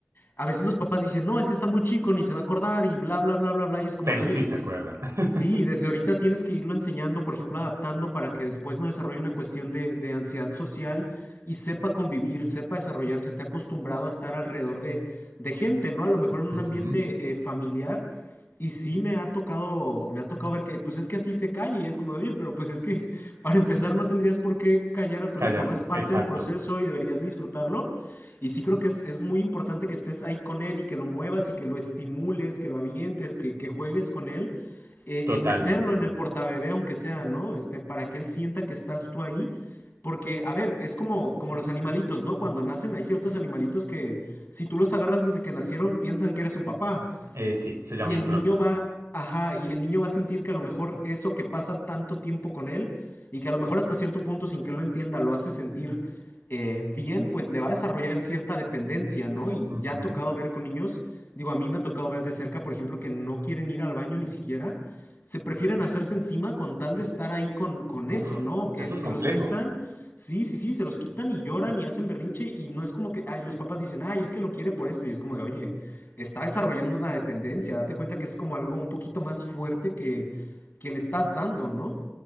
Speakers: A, on the left (about 50°); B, on the right (about 85°).
A: a veces los papás dicen, no, es que está muy chico, ni se va a acordar y bla, bla, bla, bla, bla. Y es como
B: pero
A: de, oye,
B: sí se acuerdan. <laughs>
A: Sí, desde ahorita tienes que irlo enseñando, por ejemplo, adaptando para que después no desarrolle una cuestión de, de ansiedad social y sepa convivir, sepa desarrollarse, esté acostumbrado a estar alrededor de, de gente, ¿no? A lo mejor en un
B: Ujú,
A: ambiente eh, familiar. Y sí me ha tocado, me ha tocado ver que, pues es que así se calla y es como de, oye, pero pues es que <laughs> para
B: Es
A: empezar
B: que
A: no tendrías por qué callar a tu
B: callarlo.
A: hijo, ¿no? Es parte
B: Exacto.
A: del proceso y deberías de disfrutarlo. Y sí creo que es, es muy importante que estés ahí con él y que lo muevas y que lo estimules, que lo avientes, que, que juegues con él eh,
B: Totalmente.
A: eh, mecerlo en el portabebé, aunque sea, ¿no? Este, para que él sienta que estás tú ahí. Porque, a ver, es como, como los animalitos, ¿no? Cuando nacen, hay ciertos animalitos que si tú los agarras desde que nacieron, piensan que eres su papá.
B: Eh, sí, se llama
A: Y el
B: impronta.
A: niño va, ajá, y el niño va a sentir que a lo mejor eso que pasa tanto tiempo con él y que a lo mejor hasta cierto punto sin que lo entienda lo hace sentir eh, bien, pues le va a desarrollar cierta dependencia, ¿no? Y
B: Ujú.
A: ya ha tocado ver con niños, digo, a mí me ha tocado ver de cerca, por ejemplo, que no quieren ir al baño ni siquiera, se prefieren hacerse encima con tal de estar ahí con, con
B: Uf,
A: eso, ¿no? Que
B: eso es
A: se
B: complejo.
A: los quitan. Sí, sí, sí, se los quitan y lloran y hacen berrinche y no es como que, ay, los papás dicen, ay, es que lo quiere por esto y es como de, oye, está desarrollando una dependencia. Date cuenta que es como algo un poquito más fuerte que, que le estás dando, ¿no?